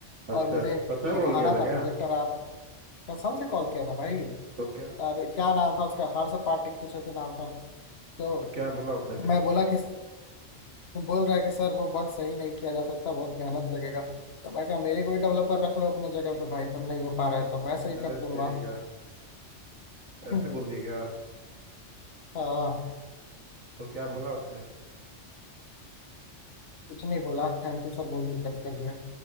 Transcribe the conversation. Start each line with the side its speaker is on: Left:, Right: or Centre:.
Right: अच्छा
Left: और मुझे
Right: सच में
Left: दिखाना
Right: कॉल किया था
Left: था
Right: क्या
Left: प्रोजेक्ट और आप कसम से कॉल किया था भाई
Right: तो क्या
Left: अरे क्या
Right: तो,
Left: नाम था उसका हर्ष पाटिल कुछ ऐसे नाम था तो
Right: तो क्या बोला उसने फिर
Left: मैं बोला कि बोल रहा है कि सर वो बग सही नहीं किया जा सकता बहुत मेहनत लगेगा तो मैं कहा मेरे कोई डेवलपर रख लो अपने जगह पे भाई तुम नहीं हो पा रहा है तो मैं सही
Right: अरे
Left: कर
Right: तेरी
Left: दूंगा
Right: का
Left: <clears throat>
Right: ऐसे बोल दिया क्या
Left: हाँ
Right: तो क्या बोला उसने
Left: कुछ नहीं बोला थैंक यू सर बोल के कट कर दिया